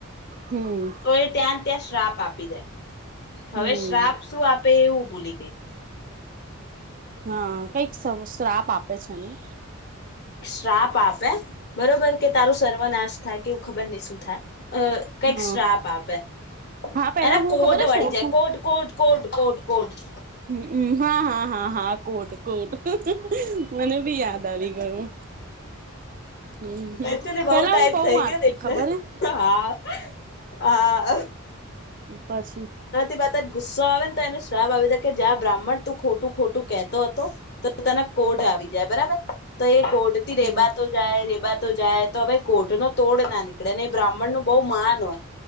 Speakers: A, on the right; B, on the left.
A: હમ
B: તો એ ત્યાં ત્યાં શ્રાપ આપી દે હવે
A: હમ
B: શ્રાપ શું આપ એવું ભૂલી ગઈ
A: હા કઈક શ્રાપ આપે છે નને
B: શાપ આપે બરોબર કે તારું સર્વનાશ થાય કે એવું ખબર નહી શું થાય અ કઈક
A: હા
B: સ્ટ્રાપ આપે એને
A: હા પેલા હું
B: કોટ
A: ખબર
B: વાળી
A: શોર
B: જાય કોટ કોટ કોટ કોટ કોટ
A: હ હા હા હા હા કોટ કોટ મને બી યાદ આવી ગયું હમ
B: એટલે ને બઉ
A: પેલા
B: ટાઈપ
A: હું બહુ
B: થઈ
A: વાંચતી
B: ગયોને એટલે
A: ખબર હે
B: હા હા
A: પછી
B: જ ગુસ્સો આવે ને તો એને શ્રાપ આવી કે જ્યાં બ્રાહ્મણ તું ખોટું ખોટું કેહેતો હતો તો તને કોડ આવી જાય બરાબર તો એ કોડ થી
A: હમ
B: રેબાતો જાય રેબાતો જાય તો હવે કોઢ ન તોડ ના નીકળે ને એ બ્રાહ્મણ નું બહુ માન હોય